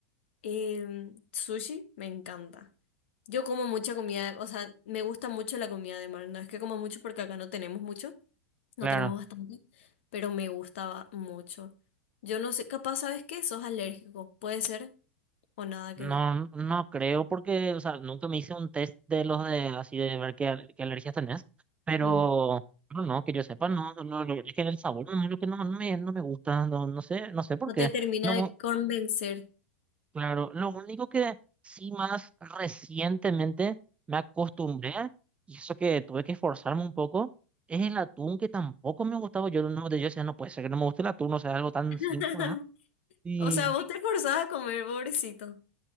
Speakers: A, on the left; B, on the right.
A: Em, sushi me encanta. Yo como mucha comida, o sea, me gusta mucho la comida de mar. No es que como mucho porque acá no tenemos mucho, no
B: Claro,
A: tenemos bastante, pero me gustaba mucho. Yo no sé, capaz, ¿sabes qué? Sos alérgico, puede ser o nada
B: no,
A: que ver.
B: no creo porque, o sea, nunca me hice un test de los de así de ver qué, al- qué alergias tenés. Pero,
A: Mm,
B: pero no, que yo sepa, no, no, no, es que el sabor no es lo que no, no me, no me gusta, no, no sé, no sé por
A: No
B: qué.
A: te termina
B: Lo,
A: de convencer.
B: Claro, lo único que sí más recientemente me acostumbré, y eso que tuve que esforzarme un poco, es el atún que tampoco me gustaba. Yo no, yo decía, no puede ser que no me guste el atún, o sea, algo tan
A: <laughs>
B: simple, ¿verdad? Y
A: O sea, vos te forzás a comer, pobrecito.